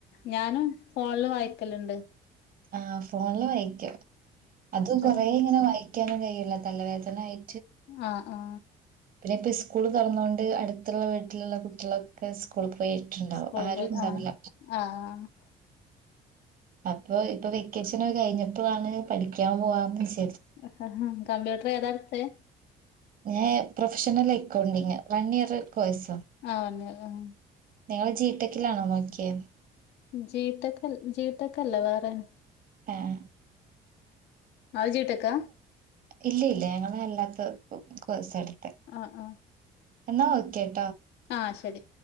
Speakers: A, on the left; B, on the right.
A: ഞാനും ഫോൺല് വായിക്കല്ണ്ട്
B: ആ ഫോണില് വായിക്കും അത്
A: സ്റ്റോറി
B: കൊറെ ഇങ്ങനെ വായിക്കാനും കഴിയില്ല തലവേദന ആയി
A: ആ ആ
B: പിന്നെ ഇപ്പ സ്കൂള് തൊറന്നോണ്ട് അട്ത്ത്ള്ള വീട്ടില്ള്ള കുട്ടിളൊക്കെ സ്കൂള് പോ യിട്ട്ണ്ടാവും
A: സ്കൂൾ
B: ആരും
A: പോയി
B: ഇണ്ടാവില
A: ആഹ് ആഹ്
B: അപ്പൊ ഇപ്പ വെക്കേഷന് കഴിഞ്ഞപ്പളാണ് പഠിക്കാൻ പോവാന്ന് വിചാരി
A: ഹ ഹാ കമ്പ്യൂട്ടർ ഏതാട്ത്തെ
B: ഞാ ഏ പ്രൊഫഷണൽ എക്കൗണ്ടിങ് വൺ ഇയർ കോഴ്സാ
A: ആഹ് ഒന്ന് ആഹ്
B: നിങ്ങള് ജീ ടെക് ലാണോ നോക്കിയെ
A: ജീ ടെക് അൽ ജീ ടെക് അല്ല വേറെണ്
B: എ ആ
A: അഹ്‌ ജീ ടെക്ക
B: ഇല്ല ഇല്ല ഞങ്ങള് അല്ലാത്ത ഇപ്പ കോഴ്സാണ്
A: അ ആ
B: എന്നാ ഓക്കെ
A: ആ ശരി